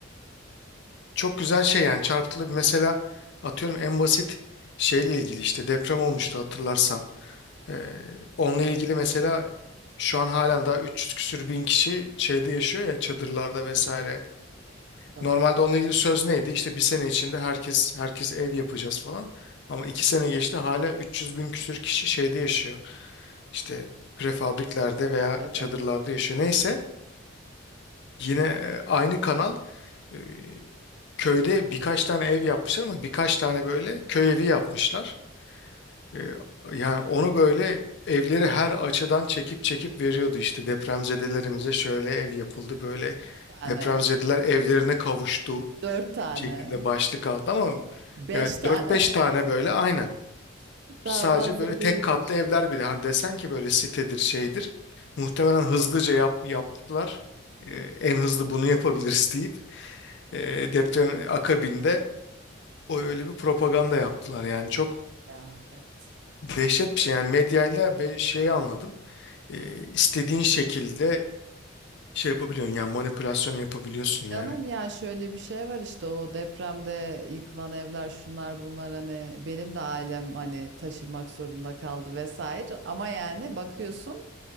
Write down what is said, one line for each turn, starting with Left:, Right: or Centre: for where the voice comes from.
Left: çok güzel şey yani çarpıtılı bir mesela atıyorum en basit şeyle ilgili işte deprem olmuştu hatırlarsan. Ee, onunla ilgili mesela şu an halen daha 300 küsür bin kişi şeyde yaşıyor ya çadırlarda vesaire.
Right: Tabii. Tabii.
Left: Normalde onunla ilgili söz neydi? İşte bir sene içinde herkes herkes ev yapacağız falan. Ama iki sene geçti hala 300 bin küsür kişi şeyde yaşıyor.
Right: Evet,
Left: İşte prefabriklerde veya
Right: evet.
Left: çadırlarda
Right: evet.
Left: yaşıyor. Neyse yine e, aynı kanal e, köyde birkaç tane ev yapmışlar ama birkaç tane böyle köy evi yapmışlar. Ee, yani onu böyle evleri her açıdan çekip çekip veriyordu işte depremzedelerimize şöyle ev yapıldı böyle
Right: Üç tane,
Left: depremzedeler evlerine kavuştu
Right: dört tane,
Left: şeklinde başlık aldı ama
Right: beş
Left: yani
Right: tane.
Left: dört beş tane böyle aynen
Right: <laughs> Daha
Left: sadece
Right: fazla
Left: böyle tek
Right: değildir.
Left: katlı evler bile hani desen ki böyle sitedir şeydir muhtemelen hızlıca yap, yaptılar Ee, en hızlı bunu yapabiliriz deyip e, deprem akabinde o öyle bir propaganda yaptılar yani çok
Right: Ya, evet.
Left: dehşet bir şey yani medyayla bir şey anladım. Ee, istediğin şekilde şey yapabiliyorsun yani manipülasyon yapabiliyorsun
Right: Tabii canım
Left: yani.
Right: ya şöyle bir şey var işte o depremde yıkılan evler şunlar bunlar hani benim de ailem hani taşınmak zorunda kaldı vesaire ama yani bakıyorsun